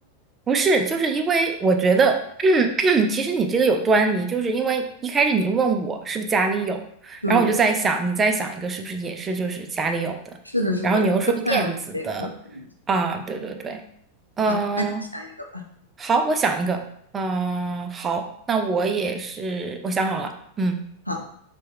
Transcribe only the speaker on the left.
对对对，
是的，是的，
这个范围得可以。
好，那你想一个吧。
好，